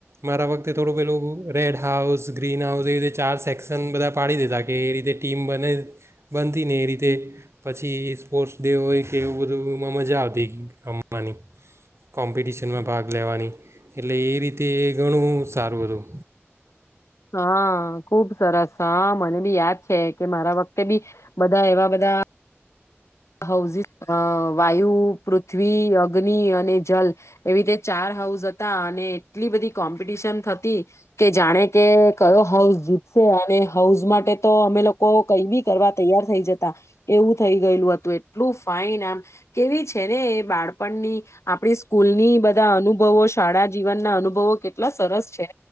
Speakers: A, on the right; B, on the left.
A: મારા વખતે થોડું પેલું રેડ હાઉસ ગ્રીન હાઉસ એ રીતે ચાર સેક્શન બધા પાડી દેધા કે એ રીતે ટીમ બને, બનતી ને એ રીતે પછી સ્પોર્ટ્સ ડે હોય કે એવું બધુંમાં મજા આવતી રમવાની, કોમ્પિટિશનમાં ભાગ લેવાની, એટલે એ રીતે ઘણું સારું હતું.
B: હા ખુબ સરસ હા મને બી યાદ છે, કે મારા વખતે બી, બધા એવા બધા <unintelligible> વાયુ પૃથ્વી અગ્નિ અને જલ, એવી રીતે ચાર હાઉસ હતા અને એટલી બધી કોમ્પિટિશન થતી, કે જાણે કે કયો હાઉસ જીતશે અને હાઉઝ માટે તો અમે લોકો કઈ બી કરવા તૈયાર થઈ જતા, એવું થઈ ગયેલું હતું. તો એટલું ફાઈન આમ કેવી છે ને એ બાળપણની, આપણી સ્કૂલની બધા અનુભવો શાળા જીવન ના અનુભવો કેટલા સરસ છે,